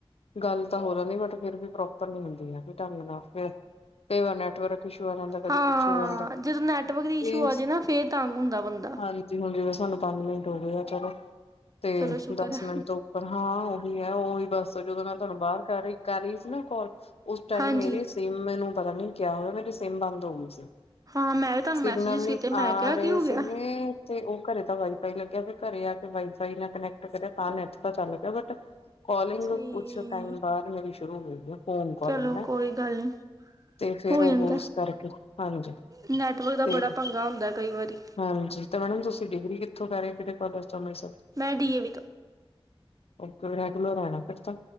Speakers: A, on the left; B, on the right.
A: ਗੱਲ ਤਾਂ ਹੋ ਜਾਂਦੀ ਬਟ ਫਿਰ ਵੀ ਪ੍ਰੋਪਰ ਨੀ ਹੁੰਦੀ ਹੈਗੀ ਢੰਗ ਨਾਫਿਰ, ਕਈ ਵਾਰ ਨੈਟਵਰਕ ਛੋਰਾ ਦਾ ਕਦੇ
B: ਹਾਂ
A: ਕੁਛ ਹੋ ਜਾਂਦਾ,
B: ਜਦੋਂ ਨੈਟਵਰਕ ਦੀ ਇਸ਼ੂ
A: ਏਸ
B: ਆ ਜੇ ਨਾ ਫੇਰ ਤੰਗ ਹੁੰਦਾ ਬੰਦਾ।
A: ਹਾਂਜੀ। ਜੇ ਹੁਣ ਜਿਵੇਂ ਸਾਨੂੰ ਪੰਜ ਮਿੰਟ ਹੋ ਗਏ ਆ ਚੱਲੋ, ਤੇ
B: ਚਲੋ ਸ਼ੁਕਰ
A: ਦੱਸ
B: ਹੈ।
A: ਮਿੰਟ ਤੋਂ ਪਰ ਹਾਂ ਉਹੀ ਹੈ ਉਹੀ ਬਸ ਜਦੋਂ ਮੈਂ ਤੁਹਾਨੂੰ ਬਾਹਰ ਕਰ ਰਹੀ, ਕਰ ਰਹੀ ਸੀ ਨਾ ਕੋਲ ਉਸ ਟਾਈਮ
B: ਹਾਂਜੀ
A: ਮੇਰੀ ਸਿਮ ਮੈਨੂੰ ਪਤਾ ਨੀ ਕਿਆ ਹੋਇਆ ਮੇਰੀ ਸਿਮ ਬੰਦ ਹੋ ਗਈ ਸੀ।
B: ਹਾਂ ਮੈਂ ਵੀ ਤੁਹਾਨੂੰ
A: ਸਿਗਨਲ
B: ਮੈਸੇਜਿਸ
A: ਨੀ,
B: ਕੀਤੇ
A: ਆ
B: ਮੈਂ ਕਿਹਾ
A: ਰਹੇ
B: ਕੀ ਹੋ ਗਿਆ।
A: ਸੀਗੇ। ਤੇ ਉਹ ਘਰੇ ਤਾਂ ਵਾਈਫਾਈ ਲੱਗਿਆ ਤੇ ਘਰੇ ਆ ਕੇ ਵਾਈਫਾਈ ਨਾਲ ਕਨੈਕਟ ਕਰਿਆ ਤਾਂ ਨੈਟ ਤਾਂ ਚੱਲ ਪਿਆ ਬਟ ਕੋਲਿੰਗ,
B: ਠੀਕ।
A: ਕੁਛ ਟਾਈਮ ਬਾਅਦ ਮੇਰੀ ਸ਼ੁਰੂ ਹੋਈ ਆ। ਫੋਨ ਕਾਲਿੰਗ
B: ਚਲੋ
A: ਨਾ
B: ਕੋਈ ਗਲ ਨੀ।
A: ਤੇ ਫੇਰ
B: ਹੋ
A: ਉਹ
B: ਜਾਂਦਾ।
A: ਉਸ ਕਰਕੇ ਹਾਂਜੀ
B: ਨੈਟਵਰਕ ਦਾ
A: ਤੇ
B: ਬੜਾ ਪੰਗਾ ਹੁੰਦਾ ਕਈ ਵਾਰੀ।
A: ਹਾਂਜੀ ਤੇ ਮੈਡਮ ਤੁਸੀਂ ਡਿਗਰੀ ਕਿੱਥੋਂ ਕਰ ਰਏ ਕਿਹੜੇ ਕੋਲਜ ਤੋਂ ਅੰਮ੍ਰਿਤਸਰ
B: ਮੈਂ ਡੀ ਏ ਵੀ ਤੋਂ।
A: ਓ ਰੈਗੂਲਰ ਐਨਾ ਕਰਤਾ